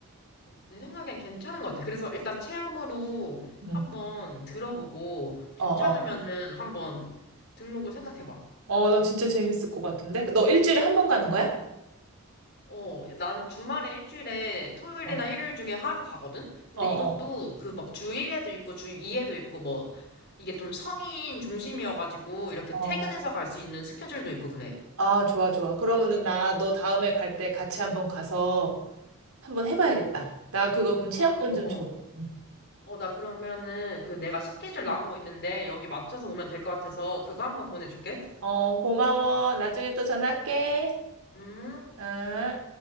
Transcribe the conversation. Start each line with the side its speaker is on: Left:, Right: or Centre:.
Left: 어, 내 생각엔 괜찮은 것 같아. 그래서 일단 체험으로 한번
Right: 음.
Left: 들어보고, 괜찮으면은
Right: 어. 어.
Left: 한번 등록을 생각해봐.
Right: 어, 나 진짜 재밌을 것 같은데? 너 일주일에 한 번 가는 거야?
Left: 어, 나는 주말에 일주일에 토요일이나
Right: 어.
Left: 일요일 중에 하루 가거든? 근데
Right: 어, 어,
Left: 이것도 그 막 주1에도 있고 주2에도 있고 뭐 이게 좀 성인 중심이어가지고 이렇게
Right: 어.
Left: 퇴근해서 갈 수 있는 스케줄도 있고 그래.
Right: 아, 좋아, 좋아. 그러면은 나 너 다음에 갈 때 같이 한번 가서 한번 해봐야겠다. 나 그거 그럼 체험권
Left: 아, 어,
Right: 좀 줘.
Left: 어.
Right: 응.
Left: 어, 나 그러면은 그 내가 스케줄 나온 거 있는데 여기 맞춰서 오면 될 것 같아서 그거 한번 보내줄게.
Right: 어, 고마워. 나중에 또 전화할게.
Left: 음.
Right: 아.